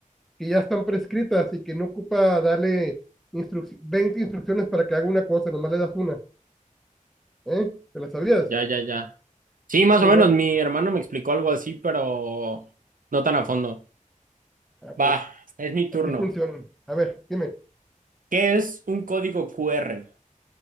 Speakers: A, in the centre; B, on the right.
A: que ya están prescritas y que no ocupa darle instruc 20 instrucciones para que haga una cosa, nomás le das una. ¿Eh? ¿Te la sabías?
B: Ya, ya, ya. Sí, más o
A: Muy
B: menos.
A: bueno.
B: Mi hermano me explicó algo así, pero no tan a fondo.
A: Ah, pues
B: Va, es mi
A: así
B: turno.
A: funcionan. A ver, dime.
B: ¿Qué es un código QR?